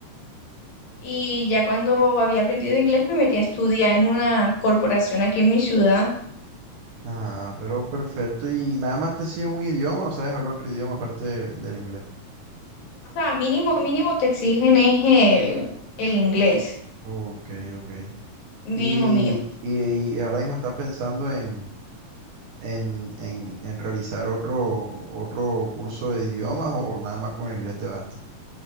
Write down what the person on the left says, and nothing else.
Y ya cuando había aprendido inglés me metí a estudiar en una corporación aquí en mi ciudad.
O sea, mínimo, mínimo te exigen es el, el inglés.
Mínimo, mínimo.